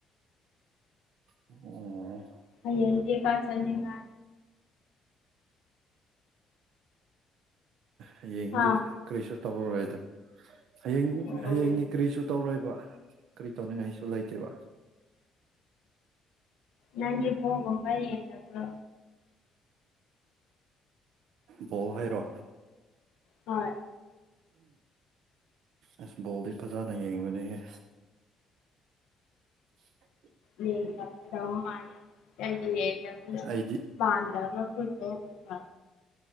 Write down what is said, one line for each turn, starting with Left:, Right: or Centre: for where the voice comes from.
Right: ꯑꯣꯝ
Left: ꯍꯌꯦꯌꯦꯗ ꯄꯥ ꯆꯅꯦꯉ
Right: ꯍꯌꯦꯡꯗꯤ
Left: ꯍꯥ
Right: ꯀꯔꯤꯁꯨ ꯇꯧꯔꯔꯣꯏꯗꯅ ꯍꯌꯦꯡ
Left: ꯑꯣ
Right: ꯍꯌꯦꯡꯗꯤ ꯀꯔꯤꯁꯨ ꯇꯧꯔꯣꯏꯕ ꯀꯔꯤ ꯇꯧꯅꯤꯡꯉꯥꯏꯁꯨ ꯂꯩꯇꯦꯕ
Left: ꯅꯪ ꯄꯒꯣ ꯄꯥꯏ ꯑꯦꯗꯣ
Right: ꯕꯣ ꯍꯥꯏꯔꯣ
Left: ꯍꯣꯏ
Right: ꯑꯁ ꯕꯣꯜꯗꯤ ꯐꯖꯅ ꯌꯦꯡꯕꯅꯤꯍꯦ <unintelligible>
Left: ꯌꯦ ꯇꯧ ꯃꯥ ꯇꯪ ꯌꯦ
Right: ꯑꯩꯗꯤ
Left: ꯄꯥꯟꯗꯕ ꯐ